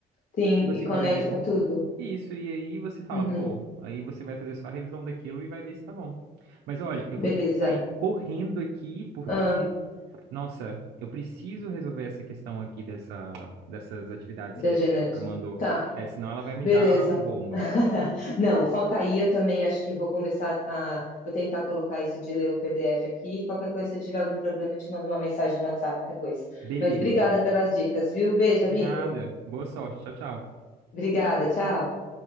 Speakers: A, on the left (about 45°); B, on the right (about 85°).
A: Sim,
B: Se você
A: e conecta
B: quiser ver
A: tudo.
B: isso, e aí você fala,
A: Uhum,
B: pô, aí você vai fazer só a revisão daquilo e vai ver se tá bom. Mas olha, eu
A: beleza.
B: vou ter que sair correndo aqui porque,
A: Ah,
B: nossa, eu preciso resolver essa questão aqui dessa, dessas atividades
A: da
B: que
A: genética.
B: a professora mandou.
A: Tá,
B: É, senão ela vai me
A: beleza.
B: dar bomba.
A: <laughs> Não, foca aí, eu também acho que vou começar a... Vou tentar colocar isso de ler o PDF aqui. Qualquer coisa, se eu tiver algum problema, eu te mando uma mensagem no WhatsApp depois.
B: Beleza.
A: Mas obrigada pelas dicas, viu? Beijo, amigo.
B: De nada. Boa sorte. Tchau, tchau.
A: Obrigada, tchau.